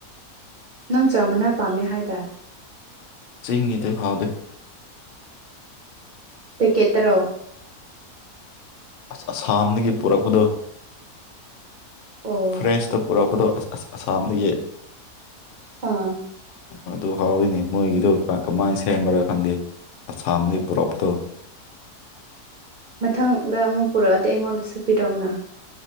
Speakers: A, on the right; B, on the left.
A: ꯅꯪ ꯆꯥꯝꯃꯅ ꯄꯥꯝꯃꯦ ꯍꯥꯏꯗꯥꯏ
B: ꯆꯤꯡꯒꯥꯗꯤ ꯍꯥꯎꯗꯦ
A: ꯄꯦꯀꯦꯠ ꯇ꯭ꯔꯣ
B: ꯑꯁ ꯑꯁꯥꯝꯗꯒꯤ ꯄꯨꯔꯛꯄꯗꯣ
A: ꯑꯣ
B: ꯐ꯭ꯔꯦꯟꯁꯇ ꯄꯨꯔꯛꯄꯗꯣ ꯑꯁ ꯑꯁꯥꯝꯗꯒꯤ
A: ꯑꯥ
B: ꯑꯗꯨ ꯍꯥꯎꯋꯏꯅꯤ ꯃꯣꯏꯒꯤꯗꯣ ꯀꯃꯥꯏꯅ ꯁꯦꯝꯕ꯭ꯔꯥ ꯈꯪꯗꯦ ꯑꯁꯥꯝꯅꯤ ꯄꯨꯔꯞꯇꯣ
A: ꯃꯊꯪꯗ ꯑꯃꯨꯛ ꯄꯨꯔꯛꯑꯗꯤ ꯑꯩꯉꯣꯟꯗꯁꯨ ꯄꯤꯔꯛꯎꯅ